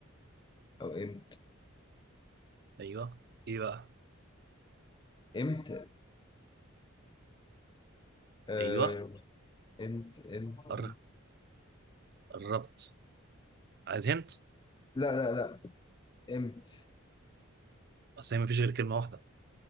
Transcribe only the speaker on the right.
ايوه ايه بقى؟
ايوه
قر-
قربت عايز هنت؟
اصل هي مفيش غير كلمة واحدة